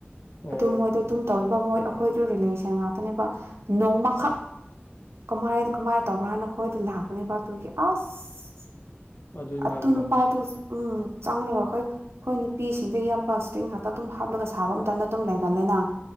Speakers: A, on the left; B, on the right.
A: ꯑꯣ
B: ꯑꯗꯨ ꯃꯣꯏꯗꯣ ꯑꯗꯨꯝ ꯇ ꯃꯣꯏ ꯑꯩꯈꯣꯏꯗ ꯔꯤꯂꯦꯁꯟ ꯉꯥꯛꯇꯅꯦꯕ ꯅꯣꯡꯃꯈꯛ ꯀꯃꯥꯏꯅ ꯀꯃꯥꯏꯅ ꯇꯧꯕ꯭ꯔꯥ ꯍꯥꯏꯅ ꯑꯩꯈꯣꯏꯗ ꯂꯥꯛꯄꯅꯦꯕ ꯇꯣꯏꯒꯤ ꯑꯁ
A: ꯑꯗꯨꯏ
B: ꯑ
A: ꯉꯥꯡꯕ
B: ꯇꯨꯅ ꯄ ꯇ ꯎꯝ ꯆꯥꯡꯂꯒꯈꯣꯏ ꯍꯣꯏ ꯅꯨꯄꯤꯁꯤꯡꯗ ꯏꯌꯥꯝꯕ ꯏꯁꯇ꯭ꯔꯤꯡ ꯉꯥꯛꯇ ꯑꯗꯨꯝ ꯍꯥꯞꯂꯒ ꯁꯥꯕ ꯑꯃꯝꯇꯅ ꯑꯗꯨꯝ ꯂꯩꯒꯜꯂꯦꯅ